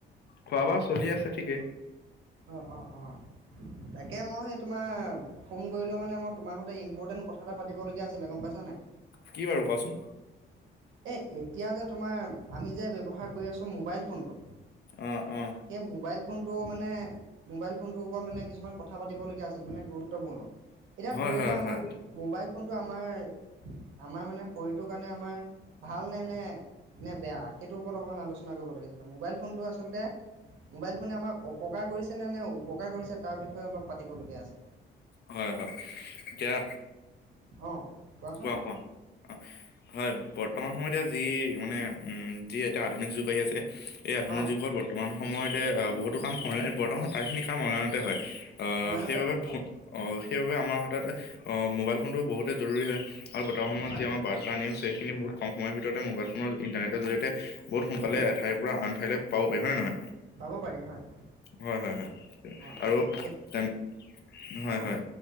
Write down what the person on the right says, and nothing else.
অঁ অঁ অঁ, তাকে মই সেই তোমাৰ ফোন কৰিলোঁ মানে মই তোমাৰ সৈতে ইম্পৰ্টেণ্ট কথা এটা পাতিবলগীয়া আছিলে গম পাইছানে নাই।
এই এতিয়া যে তোমাৰ আমি যে ব্যৱহাৰ কৰি আছোঁ মোবাইল ফোনটো
সেই মোবাইল ফোন টো মানে মোবাইল ফোনটোৰ ওপৰত মানে কিছুমান কথা পাতিবলগীয়া আছিল, মানে গুৰুত্বপূৰ্ণ। এতিয়া
ধৰি
লোৱা আমাৰ
মোবাইল ফোনটো আমাৰ আমাৰ মানে শৰীৰটোৰ কাৰণে আমাৰ ভাল নে নে বেয়া, সেইটোৰ ওপৰত অকণমান আলোচনা কৰিবলগীয়া আছিলে। মোবাইল ফোনটো আচলতে মোবাইল ফোনে আমাক অপকাৰ কৰিছে নে নে উপকাৰ কৰিছে তাৰ বিষয়ে অলপ পাতিবলগীয়া আছে।
অ' কোৱাচোন
অ'
অনলাইনতে
হয় হয়
হয়
উম
পাব পাৰি হয়।
অ'
সেই সেইটো
অ'